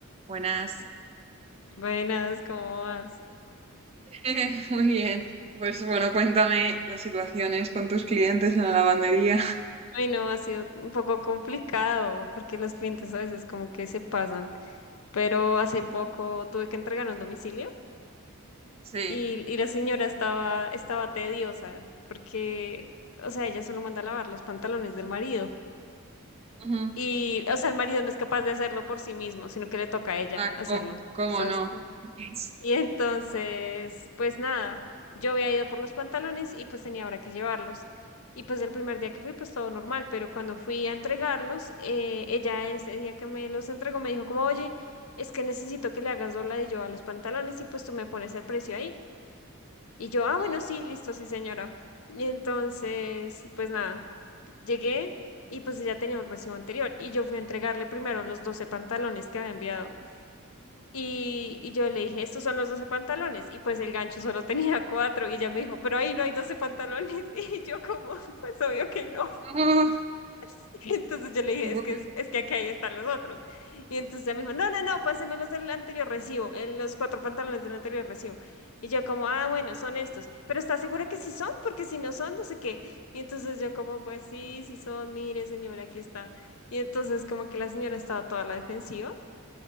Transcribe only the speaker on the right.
Buenas.
<laughs> Muy bien. Pues bueno, cuéntame las situaciones con tus clientes en la lavandería.
Sí.
Ujú.
Ah,
co- ¿cómo
no? Es-
Mm.
No.
Ujú.